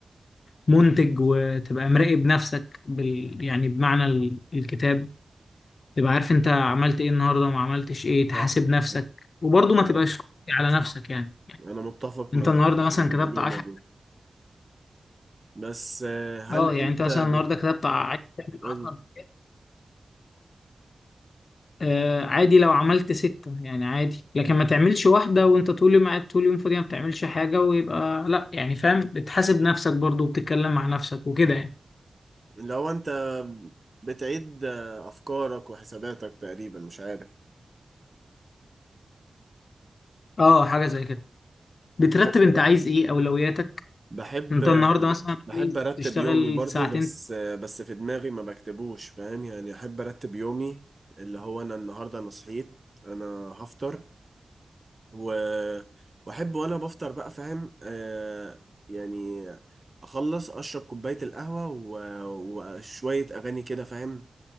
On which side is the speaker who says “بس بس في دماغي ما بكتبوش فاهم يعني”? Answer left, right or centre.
Right